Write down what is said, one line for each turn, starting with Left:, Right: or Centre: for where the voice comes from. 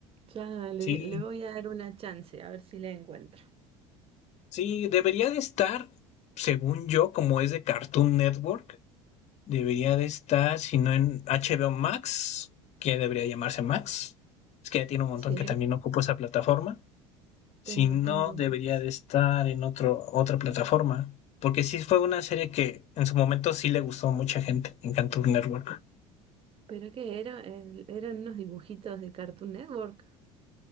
Right: Claro, le,
Left: sí,
Right: le voy a dar una chance, a ver si la encuentro.
Left: sí, debería de estar, según yo, como es de Cartoon Network, debería de estar, si no en HBO Max, que debería llamarse Max. Es que ya tiene un montón
Right: Sí,
Left: que también ocupa esa plataforma.
Right: tengo,
Left: Si no,
Right: tengo,
Left: debería
Right: Max.
Left: de estar en otro, otra plataforma. Porque sí fue una serie que en su momento sí le gustó a mucha gente en Cartoon Network.
Right: ¿Pero qué era? El- eran unos dibujitos de Cartoon Network.